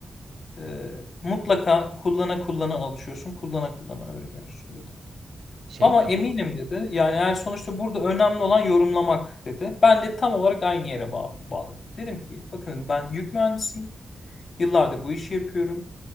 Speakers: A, on the left; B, on the right.
A: Ee, mutlaka kullana kullana alışıyorsun, kullana kullana öğreniyorsun dedi.
B: Şey
A: Ama
B: mi
A: eminim
B: bu?
A: dedi. Yani eğer sonuçta burada önemli olan yorumlamak dedi. Ben de tam olarak aynı yere bağ- bağladım. Dedim ki bakın ben yük mühendisiyim. Yıllardır bu işi yapıyorum.